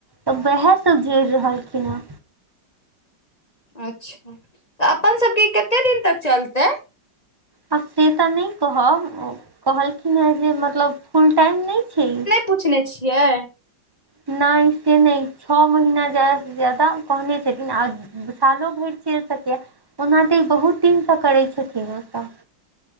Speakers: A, on the right; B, on the left.
A: तऽ वएह सभ जुड़ रहलखिन हेँ,
B: अच्छा तऽ अपन सबके कते दिन तक चलतै
A: आब से तऽ नहि कहब कहलखिन हेँ जे मतलब फुल टाइम नहि छै
B: पूछने छियै
A: नहि से नहि छओ महीना जादासँ जादा कहने छथिन आ सालो भैर चैल सकैए ओना तऽ ई बहुत दिनसँ करै छथिन ओ सभ